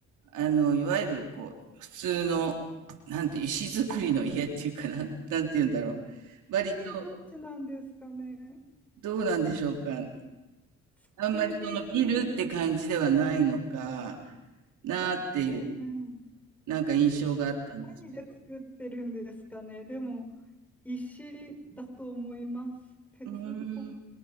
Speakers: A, on the right (about 85°); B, in the centre.
A: あの、いわゆる、こう、普通の、なんて、石造りの家っていうかな、なんて言うんだろう。割と、
B: えー、どっちなんですかね。
A: どうなんでしょうか。
B: 作り、
A: あんまりそのビルって感じではないのかなっていう、
B: うんうん。
A: なんか印象があったんですけど。
B: 何で作ってるんですかね。でも、石だと思います。鉄っぽ
A: うーん。